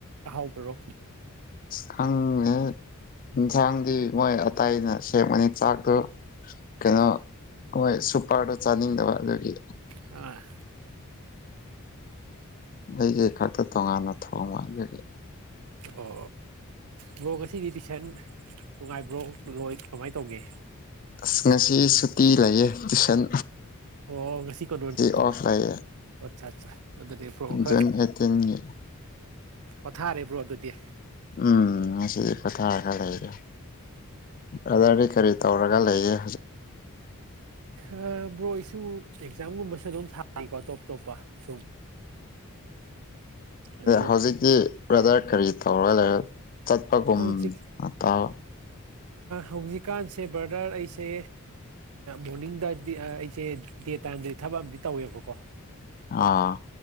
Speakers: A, on the right (about 75°); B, on the left (about 40°).
A: ꯑꯍꯥꯎꯕꯔꯣ
B: ꯈꯪꯅꯤ ꯌꯦꯟꯁꯥꯡꯗꯤ ꯃꯣꯏ ꯑꯇꯇꯩ ꯑꯅ ꯁꯦꯝꯕꯅꯤ ꯆꯥꯛꯇꯣ ꯀꯩꯅꯣ ꯃꯣꯏ ꯁꯨꯄꯔꯗꯣ ꯆꯥꯅꯤꯡꯗꯕ ꯑꯗꯨꯒꯤ
A: ꯑ
B: ꯑꯩꯒꯤ ꯈꯛꯇ ꯇꯣꯉꯥꯟꯅ ꯊꯣꯡꯕ ꯑꯗꯨꯒꯤ
A: ꯑꯣ ꯕ꯭ꯔꯣꯛ ꯉꯁꯤꯗꯤ ꯇꯨꯏꯁꯟ ꯅꯨꯡꯉꯥꯏꯕ꯭ꯔꯣ ꯂꯣꯏ ꯀꯃꯥꯏꯅ ꯇꯧꯒꯦ
B: ꯑꯁ ꯉꯁꯤ ꯁꯨꯇꯤ ꯂꯩꯌꯦ ꯇꯨꯏꯁꯟ
A: ꯑꯣ ꯉꯁꯤ ꯀꯩꯅꯣꯅꯤ
B: ꯑꯣꯐ ꯂꯩꯌꯦ
A: ꯑꯠꯆꯥ ꯑꯠ ꯑꯗꯨꯗꯤ ꯄꯕ꯭ꯔꯣ ꯈꯔ
B: ꯖꯨꯟ ꯑꯩꯠꯇꯤꯟꯒꯤ
A: ꯄꯣꯊꯥꯔꯤꯕ꯭ꯔꯣ ꯑꯗꯨꯗꯤ
B: ꯎꯝ ꯉ ꯁꯤꯗꯤ ꯄꯊ ꯈ ꯂꯩꯗ ꯑꯗꯥꯅꯤ ꯈꯔꯤ ꯇꯧꯔ ꯂꯩꯏ
A: ꯑ ꯕ꯭ꯔꯣ ꯏꯁꯨ ꯑꯦꯛꯖꯥꯝꯒꯨꯝꯕꯁꯨ ꯑꯗꯨꯝ ꯊꯥꯔꯤꯀꯣ ꯇꯣꯞ ꯇꯣꯞꯄ ꯁꯨꯝ ꯑꯗꯨ
B: ꯍꯧꯖꯤꯛꯇꯤ ꯕ꯭ꯔꯗꯔ ꯀꯔꯤ ꯇꯧꯔꯒ ꯂꯩꯔ ꯆꯠꯄꯒꯨꯝ
A: ꯍꯧꯖꯤꯛ
B: ꯑꯠꯇ
A: ꯍꯧꯖꯤꯛꯀꯥꯟꯁꯦ ꯕ꯭ꯔꯗꯔ ꯑꯩꯁꯦ ꯃꯣꯔꯅꯤꯡꯗ ꯑꯩꯁꯦ ꯗꯦ ꯇꯥꯏꯝꯗꯗꯤ ꯊꯕꯛ ꯑꯝ ꯇꯧꯋꯦꯕꯀꯣ
B: ꯑꯥ